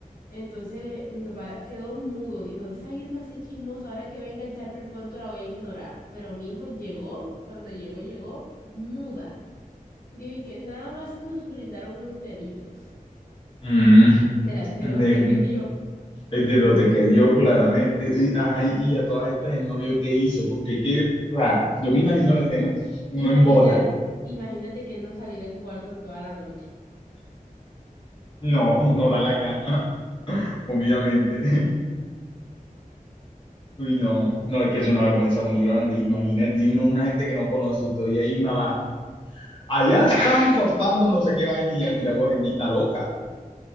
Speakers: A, on the left; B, on the left.
A: Entonces, mi papá quedó mudo, dijo, esa Irma sí es chismosa, ahora que venga a echarme el cuento la voy a ignorar. Pero mi hijo llegó, cuando llegó, llegó muda. Dije que nada más nos brindaron unos deditos.
B: Mm,
A: Era de
B: de,
A: bote que vio.
B: de lo te que dio claramente. Y, ajá, y, y a todas estas, el novio qué hizo, porque es que, o sea, yo me imagino la escena, uno
A: Imagina,
B: en bola,
A: imagínate que él no salió del cuarto en toda la noche.
B: no, no da la cara, <laughs> obviamente. Uy, no, no, es que es una vergüenza muy grande, imagínate, y uno, una gente que no conoce, y todavía ahí me va, allá estaban cortando no sé qué vaina y
A: <laughs>
B: ya tira agua bendita, loca.